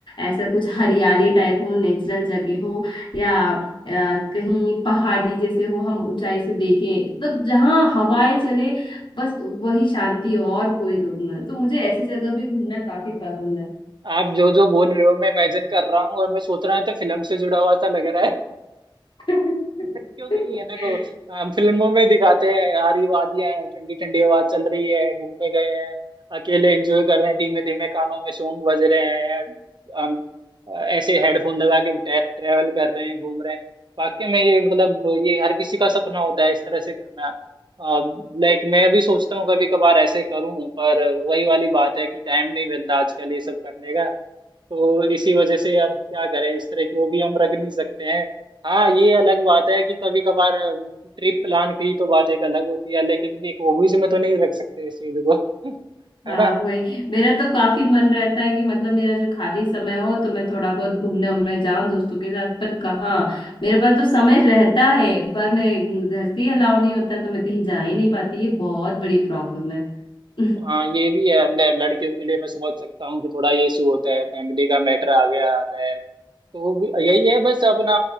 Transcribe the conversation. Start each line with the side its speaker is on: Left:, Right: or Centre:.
Left: ऐसा कुछ हरियाली टाइप हो नेचुरल जगह हो या अ, कहीं पहाड़ी जैसे हो हम ऊंचाई से देखें मतलब जहाँ हवाएं चले बस वही शांति हो, और कोई लोग ना तो मुझे ऐसी जगह भी घूमना काफी पसंद है
Right: आप जो जो बोल रहे हो मैं इमेजिन कर रहा हूँ और मैं सोच रहा हूँ तो फिल्म से जुड़ा हुआ सा लग रहा
Left: <laughs>
Right: क्योंकि ये देखो हम फिल्मों में दिखाते हैं हरी वादियां हैं ठंडी ठंडी हवा चल रही है घूमने गए हैं अकेले एंजॉय कर रहे हैं धीमे धीमे कानों में सॉन्ग बज रहे हैं हम ऐसे हेडफोन लगा के ट्रेवल कर रहे हैं घूम रहे हैं वाकई में ये मतलब ये हर किसी का सपना होता है इस तरह से करना लाइक मैं भी सोचता हूँ कभी कभार ऐसे करूँ पर वही वाली बात है कि टाइम नहीं मिलता आजकल ये सब करने का तो इसी वजह से अब क्या करें इस तरह की वो भी हम रख नहीं सकते हैं हाँ ये अलग बात है कि कभी कभार ट्रिप प्लान की तो बात एक अलग होती है लेकिन एक हॉबीज में तो नहीं रख सकते इस चीज को <laughs> है
Left: हाँ
Right: ना
Left: वही मेरा तो काफी मन रहता है कि मतलब मेरा जो खाली समय हो तो मैं थोड़ा बहुत घूमने उमने जाऊं दोस्तों के साथ पर कहाँ मेरे पास तो समय रहता है पर मैं घर से ही अलाउ नहीं होता तो मैं कहीं जा ही नहीं पाती ये बहुत बड़ी प्रॉब्लम है <laughs>
Right: हाँ ये भी है ल- लड़कियों के लिए मैं समझ सकता हूँ कि थोड़ा ये इशू होता है फैमिली का मैटर आ गया आता है तो वो- यही है बस अपना